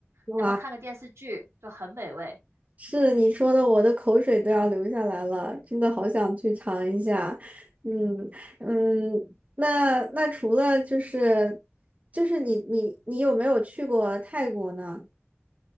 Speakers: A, on the right (about 35°); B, on the right (about 80°).
A: 哇，
B: 然后看个电视剧就很美味。
A: 是你说的，我的口水都要流下来了，真的好想去尝一下，嗯嗯，那那除了就是就是你你你有没有去过泰国呢？